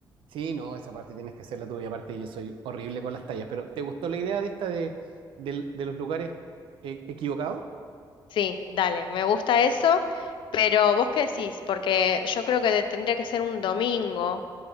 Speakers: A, on the right (about 90°); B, on the left (about 75°).
A: Sí, no, esa parte tienes que hacerla tú y aparte yo soy horrible con las tallas, pero ¿te gustó la idea de esta de, del- de los lugares eh, equivocados?
B: Sí, dale, me gusta eso, pero ¿vos qué decís? Porque yo creo que de- tendría que ser un domingo.